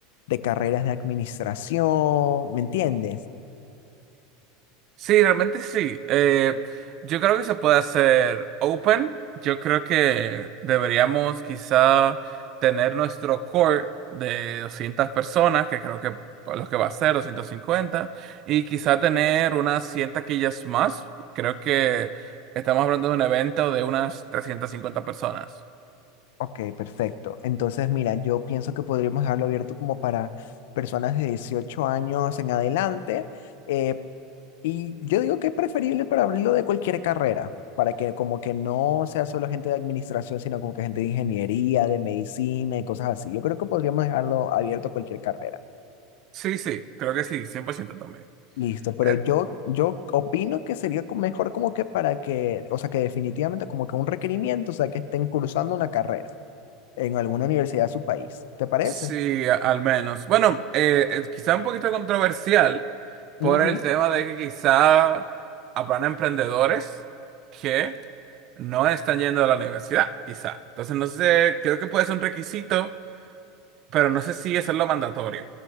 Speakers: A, on the left; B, on the right.
A: de carreras de administración, ¿me entiendes?
B: Sí, realmente sí. Eh, yo creo que se puede hacer open. Yo creo que deberíamos quizá tener nuestro core de 200 personas, que creo que los que va a ser 250, y quizá tener unas 100 taquillas más. Creo que estamos hablando de un evento de unas 350 personas.
A: Ok, perfecto. Entonces, mira, yo pienso que podríamos dejarlo abierto como para personas de 18 años en adelante, eh, Y yo digo que es preferible para abrirlo de cualquier carrera, para que como que no sea solo gente de administración, sino como que gente de ingeniería, de medicina y cosas así. Yo creo que podríamos dejarlo abierto a cualquier carrera.
B: Sí, sí, creo que sí, 100% también.
A: Listo, pero
B: Eh,
A: yo, yo opino que sería co- mejor como que para que, o sea, que definitivamente como que un requerimiento, o sea, que estén cursando una carrera en alguna universidad de su país. ¿Te parece?
B: Sí, a- al menos. Bueno, eh, eh, quizá un poquito controversial
A: Ujú.
B: por el tema de que quizá habrán emprendedores que no están yendo a la universidad, quizá. Entonces, no sé, creo que puede ser un requisito, pero no sé si eso es lo mandatorio.